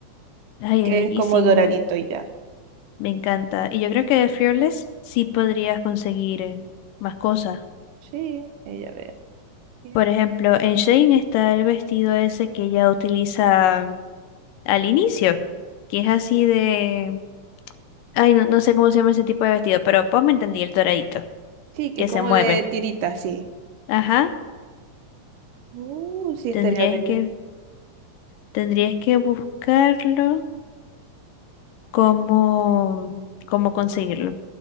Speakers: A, on the left; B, on the right.
A: Ay,
B: que
A: es bellísimo.
B: es como doradito y ya.
A: Me encanta. Y yo creo que de Fearless sí podrías conseguir eh, más cosas.
B: Sí, ella ve. Bien.
A: Por ejemplo, en Shane está el vestido ese que ella utiliza al inicio, que es así de... Ay, no, no sé cómo se llama ese tipo de vestido, pero pues me entendí el doradito,
B: Sí, que
A: que
B: es como
A: se mueve.
B: de tirita, sí.
A: Ajá,
B: Uh, sí, estaría
A: tendrías
B: bello.
A: que, tendrías que buscarlo cómo, cómo conseguirlo.